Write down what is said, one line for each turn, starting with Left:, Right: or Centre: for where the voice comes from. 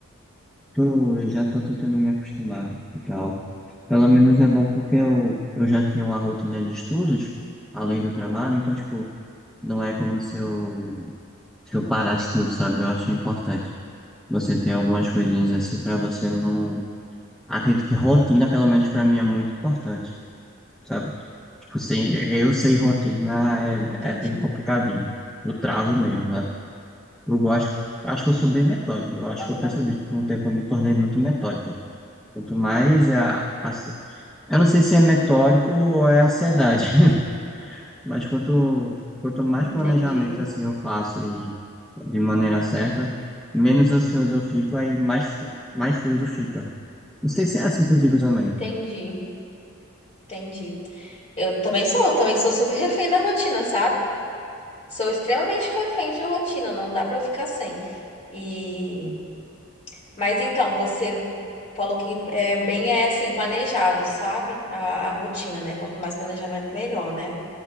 Centre: Tô, eu já tô tentando me acostumar e tal. Pelo menos é bom porque eu, eu já tinha uma rotina de estudos, além do trabalho, então, tipo, não é como se eu, se eu parasse tudo, sabe? Eu acho importante você ter algumas coisinhas assim pra você não. Acredito que rotina, pelo menos pra mim, é muito importante, sabe? Tipo, sem, eu sem rotina é,
Left: Entendi.
Centre: é bem complicadinho. Eu travo mesmo, né? Eu gosto, acho que eu sou bem metódico. Eu acho
Left: Aham.
Centre: que eu percebi que com o tempo eu me tornei muito metódico. Quanto mais é a, a- eu não sei se é metódico ou é ansiedade, <laughs> mas quanto, quanto mais
Left: Entendi.
Centre: planejamento assim eu faço e de maneira certa, menos ansioso eu fico, aí mais, fu- mais fluido fica. Não sei se é assim contigo também.
Left: Entendi. Entendi. Eu também sou, também sou super refém da rotina, sabe? Sou extremamente refém de rotina, não dá pra eu ficar sem. E Mas então, você falou que é bem é assim, planejado, sabe? A, a rotina, né? Quanto mais planejamento, melhor, né?